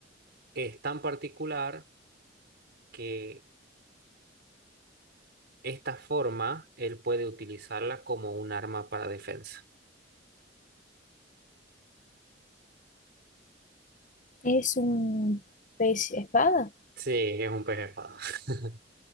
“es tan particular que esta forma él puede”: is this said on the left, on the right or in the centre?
Right